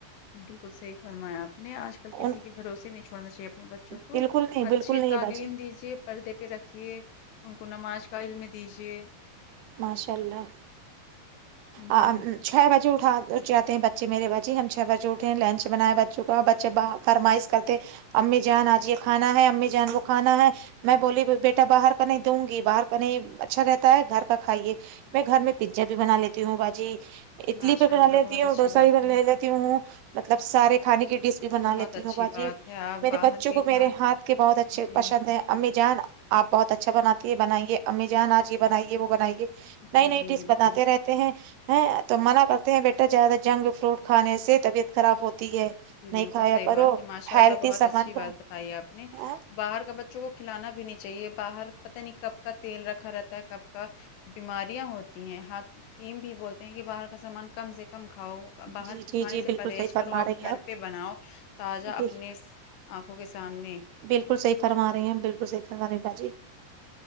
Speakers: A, on the left; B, on the right.
A: بلکل صحیح فرمایا آپ نے آج کل کسی
B: ان
A: کے بھروسے نہیں چھوڑنا چاہیے اپنے بچوں کو
B: بالکل نہیں
A: اچھی
B: بالکل نہیں
A: تعلیم
B: باجی
A: دیجے پردے پہ رکھیے ان کو نماز کا علم دیجیے
B: ماشاء اللہ
A: جی
B: آں چھ بجے اٹھا جاتے ہیں بچے میرے باجی ہم چھ بجے اٹھ لنچ بنائے بچوں کا اور بچے با فرمائش کرتے امی جان آج یہ کھانا ہے امی جان وہ کھانا ہے میں بولی بیٹا باہر کا نہیں دوں گی باہر کا نہیں اچھا رہتا ہے گھر کا کھائیے میں گھر میں پیزا بھی بنا لیتی ہوں باجی اڈلی
A: ماشاء
B: بھی بنا
A: اللہ
B: لیتی
A: بہت
B: ہوں
A: اچھی
B: ڈوسا
A: بات
B: بھی بنا
A: ہے
B: ل لیتی ہوں مطلب سارے کھانے کی ڈش بھی بنا
A: بہت
B: لیتی
A: اچھی
B: ہوں باجی
A: بات ہے آپ
B: میرے
A: باہر
B: بچوں
A: کے
B: کو میرے
A: گھاں
B: ہاتھ کے بہت اچھے
A: جی
B: پشند ہے امی جان آپ بہت اچھا بناتی ہے بنائیے امی جان آج یہ بنائیے وہ بنائیے نئی
A: جی
B: نئی
A: جی
B: ڈش
A: بالکل
B: بتاتے رہ تے ہیں تو منع کرتے ہیں بیٹا زیادہ جنک فڈ کھانے سے طبیعت خراب ہوتی ہے
A: جی
B: نہیں
A: بالکل
B: کھایا
A: صحیح
B: کرو
A: بات ہے ماشاء
B: ہیلتھی
A: اللہ بہت
B: سامان
A: اچھی بات
B: کا
A: بتائی آپ نے
B: ہاں
A: باہر کا ب جوں وہ کھلانا بھی نہیں چاہیے باہر پتہ نہیں کب کا تیل رکھا رہتا ہے کب کا بیماریاں ہوتی ہیں حکیم بھی بولتے ہیں کہ باہر کا سامان کم سے کم کھاؤ باہر
B: جی
A: کے
B: جی
A: کھانے
B: جی
A: سے
B: بالکل
A: پرہیز
B: صحیح فرما
A: کرو اب
B: رہی
A: گھر
B: ہیں آپ
A: پہ بناؤ تازہ
B: جی
A: اپنے آنکھوں کے سامنے
B: بالکل صحیح فرما رہی ہیں بالکل صحیح فرما رہی باجی